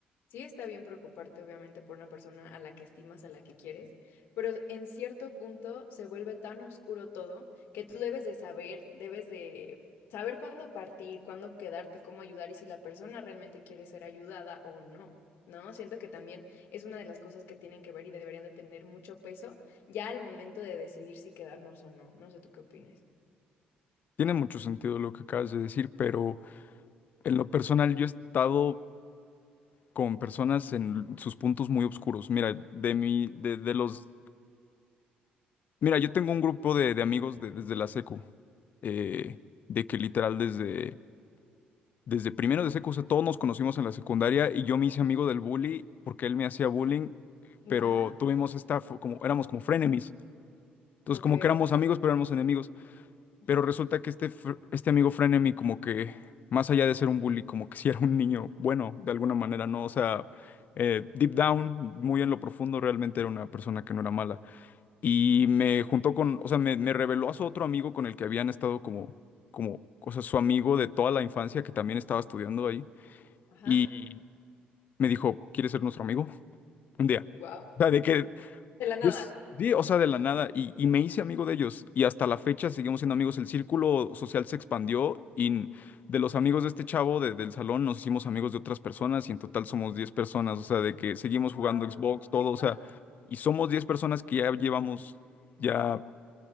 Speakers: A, on the left (about 75°); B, on the left (about 50°).
A: sí está bien preocuparte obviamente por una persona a la que estimas, a la que quieres, pero en cierto punto se vuelve tan oscuro todo que tú debes de saber, debes de saber cuándo partir, cuándo quedarte, cómo ayudar y si la persona realmente quiere ser ayudada o no, ¿no? Siento que también es una de las cosas que tienen que ver y deberían de tener mucho peso ya al momento de decidir si quedarnos o no. No sé tú qué opines.
B: Tiene mucho sentido lo que acabas de decir, pero en lo personal yo he estado con personas en sus puntos muy oscuros. Mira, de mi, de, de los, mira, yo tengo un grupo de, de amigos de- desde la secu, eh, de que literal desde Desde primero de secu, o sea, todos nos conocimos en la secundaria y yo me hice amigo del bully porque él me hacía bullying,
A: Wow.
B: pero tuvimos esta, fo- como, éramos como frenemies. Entonces,
A: Ok.
B: como que éramos amigos, pero éramos enemigos.
A: Ujú.
B: Pero resulta que este, fr- este amigo frenemy, como que, más allá de ser un bully, como que sí era un niño bueno, de alguna manera, ¿no? O sea, eh, deep down, muy en lo profundo, realmente era una persona que no era mala. Y me juntó con, o sea, me, me reveló a su otro amigo con el que habían estado como, como, o sea, su amigo de toda la infancia que también estaba estudiando ahí
A: Ajá.
B: y me dijo, ¿quieres ser nuestro amigo? <laughs> Un día.
A: Wow.
B: O sea, de que
A: De la nada.
B: yo s- sí, o sea, de la nada, y, y me hice amigo de ellos, y hasta la fecha seguimos siendo amigos, el círculo social se expandió, y n- de los amigos de este chavo de- del salón nos hicimos amigos de otras personas, y en total somos 10 personas, o sea, de que seguimos
A: Wow.
B: jugando Xbox, todo,
A: Qué
B: o
A: padre.
B: sea, y somos 10 personas que ya llevamos ya